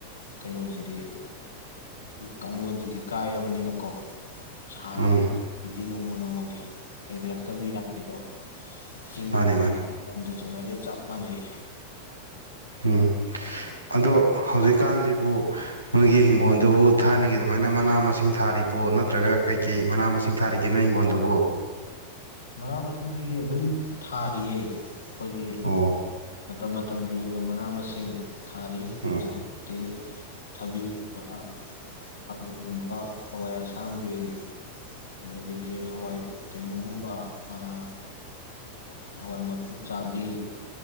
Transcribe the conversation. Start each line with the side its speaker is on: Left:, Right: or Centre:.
Left: ꯀꯩꯅꯣꯁꯤꯗꯤ ꯀꯥꯡꯂꯣꯟꯁꯤꯗꯤ ꯀꯥꯏꯔꯕꯅꯤꯅꯀꯣ ꯁꯥꯕꯒꯤ
Right: ꯎꯝ
Left: ꯆꯠꯄꯒꯤꯗꯤ ꯅꯣꯡꯃ ꯅꯣꯡꯃꯒꯤ ꯍꯦꯟꯒꯠꯂꯛꯇꯕ ꯌꯥꯗꯦꯗꯣ ꯆꯤꯡꯗꯁꯨ
Right: ꯃꯥꯅꯤ ꯃꯥꯅꯤ
Left: ꯉꯥꯏꯔꯦ ꯇꯝꯗꯁꯨ ꯉꯥꯏꯔꯦ ꯑꯗꯨꯏ ꯍꯥꯏꯔꯗꯤ ꯆꯞ ꯃꯥꯟꯅꯩ
Right: ꯎꯝ ꯑꯗꯣ ꯍꯧꯖꯤꯛꯀꯥꯟꯁꯤꯕꯨ ꯃꯣꯏꯒꯤ ꯍꯤꯡꯈꯣꯜꯗꯨꯕꯨ ꯊꯥꯏꯅꯒꯤ ꯑꯗꯨꯃꯥꯏꯅ ꯃꯅꯥ ꯃꯁꯤꯡ ꯊꯥꯔꯤꯕꯣ ꯅꯠꯇ꯭ꯔꯒ ꯀꯩꯀꯩ ꯃꯅꯥ ꯃꯁꯤꯡ ꯊꯥꯔꯤꯒꯦꯅꯣ ꯍꯤꯡꯒꯣꯜꯗꯨꯕꯨ
Left: ꯃꯅꯥ ꯃꯁꯤꯡꯗꯤ ꯑꯗꯨꯝ ꯊꯥꯔꯤꯌꯦ ꯑꯩꯈꯣꯏꯒꯤ
Right: ꯑꯣ
Left: ꯃꯇꯝ ꯃꯇꯝꯒꯤ ꯑꯣꯏꯕ ꯑꯣꯏꯕ ꯃꯅꯥ ꯃꯁꯤꯡ ꯊꯥꯔꯤ
Right: ꯎꯝ
Left: ꯍꯧꯖꯤꯛꯐꯥꯎꯗꯤ ꯊꯕꯤꯒꯨꯝꯕ ꯈꯥꯃꯟꯒꯨꯝꯕ ꯍꯋꯥꯏ ꯑꯁꯥꯡꯕꯤ ꯑꯗꯒꯤꯗꯤ ꯍꯋꯥꯏ ꯀꯩꯅꯣꯒꯨꯝꯕ ꯑꯥ ꯍꯋꯥꯏ ꯃꯀꯨ ꯆꯥꯕꯤ